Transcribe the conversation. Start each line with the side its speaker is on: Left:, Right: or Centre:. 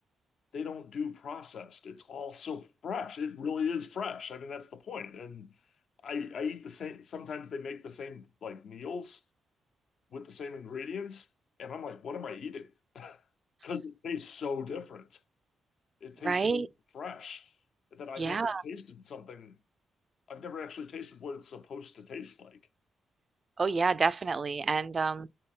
Left: they don't do processed. It's all so fresh. It really is fresh. I mean, that's the point. And I I eat the same, sometimes they make the same like meals with the same ingredients, and I'm like, what am I eating? <laughs> Because it tastes so different. It tastes
Right: Right?
Left: so fresh that I've
Right: Yeah.
Left: never tasted something. I've never actually tasted what it's supposed to taste like.
Right: Oh yeah, definitely. And um